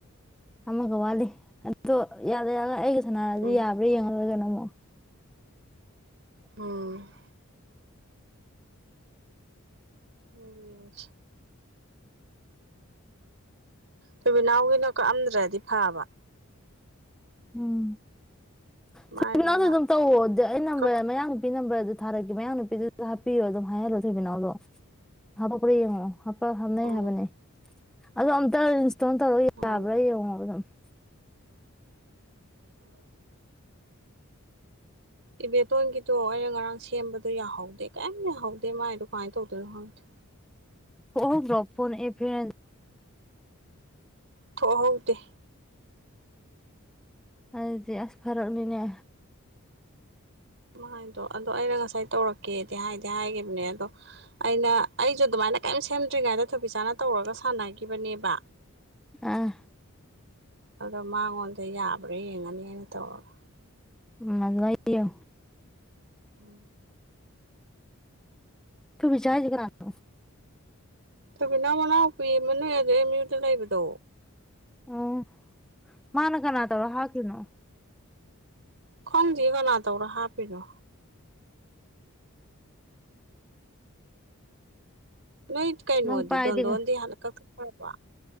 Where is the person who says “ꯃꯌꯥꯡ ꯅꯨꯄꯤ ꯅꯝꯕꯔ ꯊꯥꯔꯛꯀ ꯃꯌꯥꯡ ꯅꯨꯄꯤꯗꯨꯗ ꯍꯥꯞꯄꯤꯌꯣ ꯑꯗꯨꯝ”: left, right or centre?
Centre